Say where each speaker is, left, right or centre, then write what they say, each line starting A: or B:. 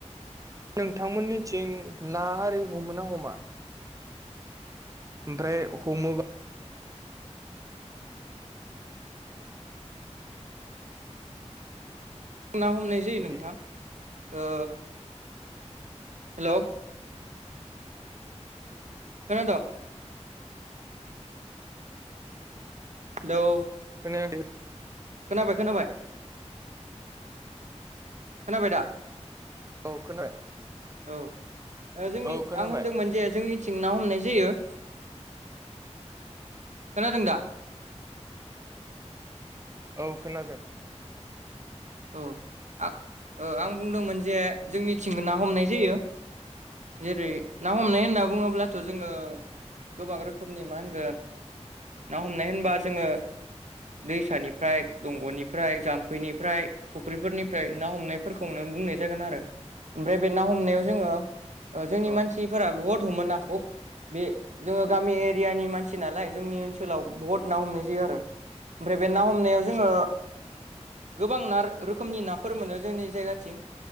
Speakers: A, on the right; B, on the right.
A: नोंथांमोननिथिं ना हारि हमो ना हमा? ओमफ्राय हमोबा
B: ना हमनाय जायो
A: बिदि
B: नोंथां। ओ हेलौ खोनाद'? हेलौ
A: खोनायाखै।
B: खोनाबाय खोनाबाय। खोनाबाय दा?
A: औ खोनाबाय।
B: औ ओ जोंनि
A: औ खोनाबाय
B: आं होनदोंमोन जे जोंनि थिं ना हमनाय जायो। <inaudible> खोनादों दा?
A: औ खोनादों।
B: अ आ ओ आं बुंदोंमोन जे जोंनिथिंबो ना हमनाय जायो। जेरै ना हमनाय होनना बुङोब्लाथ' जोङो गोबां रोखोमनि मा होनगोन? ना हमनाय होनबा जोङो दैसानिफ्राय दंग'निफ्राय जाम्फैनिफ्राय फुख्रिफोरनिफ्राय ना हमनायफोरखौनो बुंनाय जागोन आरो। ओमफ्राय बे ना हमनायाव जोङो ओ जोंनि
A: औ
B: मानसिफोरा बुहुत हमो नाखौ। बे जोङो गामि एरियानि मानसि नालाय जोंनि ओनसोलाव बहुद ना हमनाय जायो आरो। ओमफ्राय बे ना हमनायाव जोङो गोबांनार रोखोमनि नाफोर मोनो जोंनि जायगाथिं।